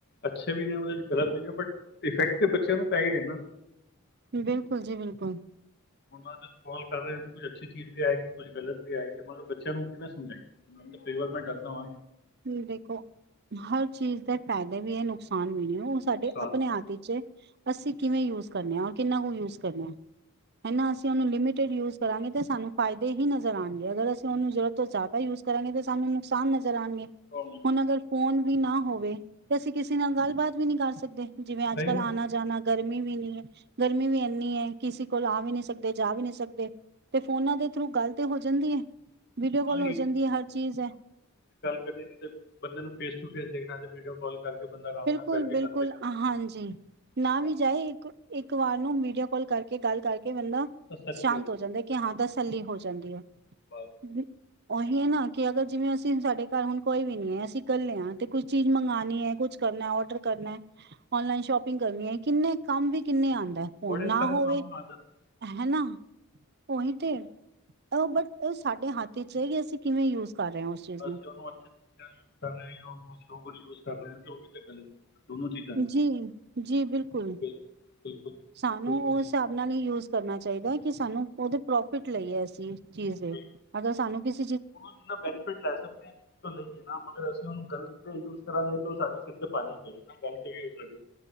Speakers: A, on the left; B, on the right.
A: ਅੱਛੇ ਵੀ ਨੇ ਉਹਦੇ ਚ ਗ਼ਲਤ ਵੀ ਨੇ ਬਟ ਇਫੈਕਟ ਤਾਂ ਬੱਚਿਆਂ ਨੂੰ ਪੈ ਹੀ ਰਿਹਾ ਨਾ।
B: ਬਿਲਕੁਲ ਜੀ ਬਿਲਕੁਲ।
A: ਉਹਨਾਂ ਦੇ ਕਾਲ ਕਰ ਰਹੇ ਹੋ ਤੇ ਕੁਛ ਅੱਛੀ ਚੀਜ਼ ਵੀ ਆਏਗੀ ਕੁੱਝ ਗਲਤ ਵੀ ਆਏਗੀ ਮਤਲਬ ਬੱਚਿਆਂ ਨੂੰ ਕਿਵੇਂ ਸਮਝਾਈਏ, ਕਈ ਵਾਰ ਮੈਂ ਡਰਨਾ ਵਾਂ
B: ਤੁ ਦੇਖੋ ਹਰ ਚੀਜ਼ ਦੇ ਫਾਇਦੇ <unintelligible> ਖਾਣ ਵੀ, ਉਹ ਸਾਡੇ
A: ਨੁਕਸਾਨ
B: ਆਪਣੇ ਹੱਥ ਵਿਚ ਐ, ਅਸੀਂ ਕਿਵੇਂ ਯੂਜ ਕਰਨੇ ਆਂ ਕਿੰਨਾ ਕੁ ਯੂਜ਼ ਕਰਨੇ ਆਂ, ਏਨਾ ਅਸੀਂ ਉਨੂੰ ਲਿਮਿਟਿਡ ਯੂਜ਼ ਕਰਾਂਗੇ, ਤੇ ਸਾਨੂੰ ਫਾਇਦੇ ਹੀ ਨਜ਼ਰ ਆਗੇ ਆਣਗੇ, ਅਗਰ ਸਾਂਨੂੰ ਜਰੂਰਤ ਤੋਂ ਜ਼ਿਆਦਾ ਯੂਜ਼ ਕਰਾਂਗੇ ਤੇ ਸਾਨੂੰ ਨੁਕਸਾਨ ਨਜ਼ਰ ਆਉਣਗੇ
A: ਪ੍ਰੋਬਲਮ
B: ਹੁਣ ਅਗਰ ਫੋਨ ਵੀ ਨਾ ਹੋਵੇ ਤੇ ਅਸੀਂ ਕਿਸੇ ਨਾਲ ਗੱਲਬਾਤ ਵੀ ਨਹੀਂ ਕਰ ਸਕਦੇ ਜਿਵੇਂ ਅੱਜ
A: ਸਹੀ
B: ਕੱਲ੍ਹ
A: ਗੱਲ
B: ਆਣਾ ਜਾਣਾ ਗਰਮੀ ਵੀ ਨਹੀਂ ਹੈ ਗਰਮੀ ਵੀ ਇੰਨੀ ਹੈ ਕਿਸੇ ਕੋਲ ਆ ਵੀ ਨਹੀਂ ਸਕਦੇ ਜਾ ਵੀ ਨਹੀਂ ਸਕਦੇ ਤੇ ਫੋਨਾਂ ਦੇ ਥਰੂ ਗੱਲ ਤੇ ਹੋ ਜਾਂਦੀ ਹੈ ਵੀਡੀਓ ਕਾਲ
A: ਹਾਂ
B: ਹੋ ਜਾਂਦੀ ਹੈ ਹਰ ਚੀਜ਼ ਹੈ
A: ਕਰਨ ਤੇ ਬੰਦੇ ਨੂੰ ਫੇਸ ਟੂ ਫੇਸ ਦੇਖਣਾ ਤੇ ਵੀਡੀਓ ਕਾਲ ਕਰਕੇ ਬੰਦਾ ਆਰਾਮ
B: ਬਿਲਕੁਲ
A: ਨਾਲ ਬੈਠ ਕੇ
B: ਬਿਲਕੁਲ
A: ਗੱਲ ਤੇ ਕਰ
B: ਹਾਂਜੀ ਨਾ
A: ਸਕਦਾ
B: ਵੀ ਜਾਏ ਇੱਕ ਇੱਕ ਵਾਰ ਨੂੰ ਮੀਡੀਆ ਕੋਲ ਕਰਕੇ ਗੱਲ ਕਰਕੇ ਕਿ ਬੰਦਾ
A: ਤਸੱਲੀ
B: ਸ਼ਾਂਤ
A: ਜਾਂਦੀ
B: ਹੋ ਜਾਂਦਾ ਕਿ ਹਾਂ ਤਸੱਲੀ ਹੋ ਜਾਂਦੀਆਂ
A: ਬਸ
B: ਜ <inaudible> ਉਹੀ ਹੈ ਨਾ ਕਿ ਅਗਰ ਜਿਵੇਂ ਅਸੀਂ ਸਾਡੇ ਘਰ ਹੁਣ ਕੋਈ ਵੀ ਨੀ ਹੈ ਅਸੀਂ ਇਕੱਲੇ ਹਾਂ ਤੇ ਕੁਛ ਚੀਜ਼ ਮੰਗਉਣੀ ਹੈ ਕੁਛ ਕਰਨਾ ਔਰਡਰ ਕਰਨਾ ਔਨਲਾਈਨ ਸ਼ੋਪਿੰਗ ਕਰਨੀ ਹੈ ਕਿੰਨੇ ਕੰਮ ਵੀ ਕਿੰਨੇ ਆਉਦੇ ਹੁਣ
A: ਬੜੇ
B: ਨਾ
A: ਸਾਰੇ
B: ਹੋਵੇ,
A: ਕੰਮ ਆ ਜਾਂਦੇ
B: ਹੈ ਨਾ ਉਹੀ ਤੇ ਉਹ ਬਟ ਸਾਡੇ ਹੱਥ ਚ ਹੈਗੇ ਅਸੀਂ ਕਿਵੇਂ ਯੂਜ ਕਰ ਰਹੇ ਹਾਂ ਉਸ ਚੀਜ਼
A: ਅਸੀਂ ਉਹਨੂੰ ਅੱਛੇ ਤਰੀਕੇ ਨਾਲ ਕਰ ਰਹੇ ਹਾਂ ਉਹਨੂੰ ਅਸੀਂ ਜੋ ਕੁਛ ਯੂਜ਼ ਕਰ ਰਹੇ ਹਾਂ ਤੇ ਔ ਵੀ ਤੇ ਗੱਲ ਹੈ ਦੋਨੋਂ ਚੀਜ਼ਾਂ ਨੇ
B: ਜੀ ਜੀ ਬਿਲਕੁਲ
A: ਬਿਲ- ਬਿਲਕੁਲ ਸਹੀ
B: ਸਾਨੂੰ
A: ਗੱਲ
B: ਉਸ
A: ਹੈ
B: ਹਿਸਾਬ ਨਾਲ ਹੀ ਯੂਜ ਕਰਨਾ ਚਾਹੀਦਾ ਕਿ ਸਾਨੂੰ ਉਹਦੇ ਪ੍ਰੋਫਿਟ ਲਈ ਹੈ ਇਸਸੀ ਚੀਜ਼ ਦੇ
A: ਬਿਲਕੁਲ
B: ਅਗਰ ਸਾਨੂੰ ਕਿਸ
A: ਉਹਨੂੰ ਜਿੰਨਾ ਬੈਨੀਫਿਟ ਲੈ ਸਕਦੇ ਹਾਂ ਤੋਂ ਲਈਏ ਨਾ ਮਗਰ ਅਸੀਂ ਉਹਨੂੰ ਗਲ ਯੂਜ ਕਰਾਂਗੇ ਤੇ ਉਹ ਸਡਾ ਸਿਰ ਤੇ ਪਾਣੀ ਪਏਗਾ ਨਾ ਗੱਲਤ ਵੀ ਹੋਾਰੀ